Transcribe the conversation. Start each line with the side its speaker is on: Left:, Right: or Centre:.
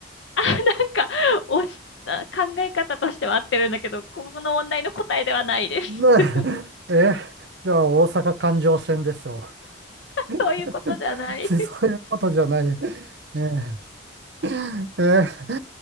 Left: あ、なんか、おし、あ考え方としては合ってるんだけど、この問題の答えではないです。
Right: ねえ、
Left: <laughs>
Right: えじゃあ大阪環状線でしょう。
Left: そういうことじゃない。
Right: <laughs> そういうことじゃない。ええ